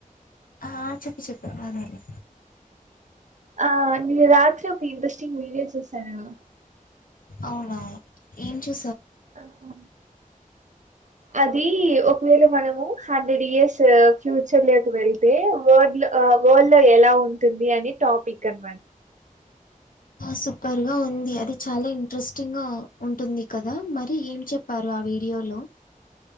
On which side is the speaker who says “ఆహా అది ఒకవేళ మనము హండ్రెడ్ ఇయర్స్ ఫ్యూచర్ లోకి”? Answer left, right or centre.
Right